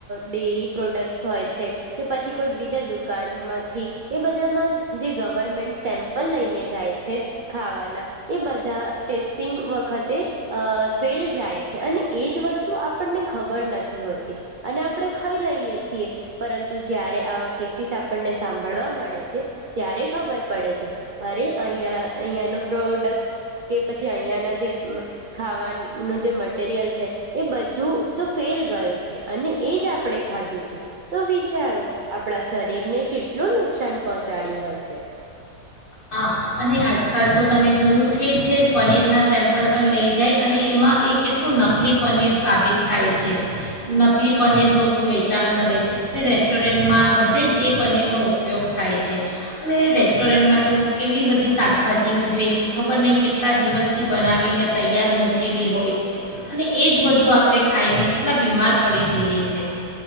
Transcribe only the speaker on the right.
ડેરી પ્રોડક્ટસ હોય છે કે પછી કોઈ બીજા દુકાનમાંથી એ બધામાં જે ગવર્મેન્ટ સેમ્પલ લઈને જાય છે ખાવાના એ બધા ટેસ્ટિંગ વખત તે અ ફેલ જાય છે અને એ જ વસ્તુ આપણને ખબર નથી હોતી અને આપણે ખઈ લઈએ છીએ પરંતુ જયારે આવા કેસીિસ આપણને સાંભળવા મળે છે ત્યારે ખબર પડે છે અરે અહીંયા અહીિયાંયાનો પ્રોડક્ટ કે પછી અહિયાયાના જે ખાવાનું જે મટીરિયલ છે એ બધું તો ફેલ ગયું છે અને એ જ આપણે ખાધું તું તો વિચારો આપણા શરીરને કેટલું નુકસાન પહોંચાડ્યું હશે